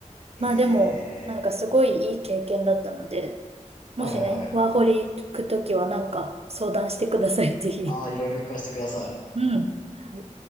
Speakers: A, on the left (about 75°); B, on the right (about 50°).
A: へえ。
B: まあでも、なんかすごいいい経験だったので、もしね、
A: はいはいはい。
B: ワーホリ行くときはなんか相談してください、ぜひ。
A: ああ、いろいろ聞かせてください。
B: うん。はい